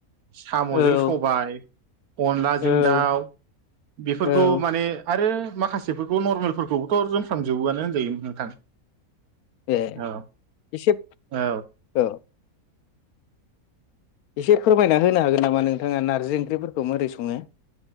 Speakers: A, on the right (about 85°); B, on the left (about 85°).
A: साम'जों
B: औ
A: सबाय, अनलाजों
B: औ
A: दाउ बेफोरखौ
B: औ
A: मा माने आरो माखासेफोरखौ नर्मेलफोरखौबोथ' रोंफ्राजोबोआनो होनजायो नोंथां
B: ए
A: औ
B: एसे
A: औ
B: औ एसे फोरमायना होनो हागोन नामा नोंथाङा नारजि ओंख्रिफोरखौ माबोरै सङो